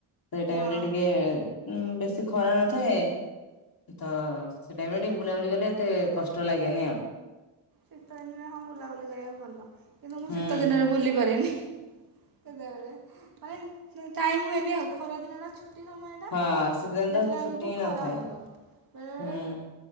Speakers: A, on the left; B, on the right.
A: ସେଇ ଟାଇମ୍
B: ହଁ
A: ରେ ଟିକେ ବେଶୀ ଖରା ନଥାଏ। ତ ସେ ଟାଇମ୍ ରେ ଟିକେ ବୁଲାବୁଲି କଲେ ଏତେ କଷ୍ଟ ଲାଗେନି ଆଉ।
B: ଶୀତ ଦିନରେ ହଁ ବୁଲାବୁଲି କରିବାକୁ ଭଲ କିନ୍ତୁ ମୁଁ
A: ହୁଁ।
B: ଶୀତ ଦିନରେ ବୁଲି ପାରେନି। ସେତେବେଳେ ମାନେ ଟାଇମ୍ ହୁଏନି ଆଉ ଖରା ଦିନ ଛୁ ଟି ଦିନ ଏଇଟା
A: ହଁ ଶୀତ ଦିନ
B: ଦେଖିଲା
A: ତ ଛୁଟି
B: ବେଳକୁ
A: ହିଁ
B: ଖରା
A: ନଥାଏ
B: ହୋଉଥିବ ବେଳେବେଳେ
A: ହୁଁ।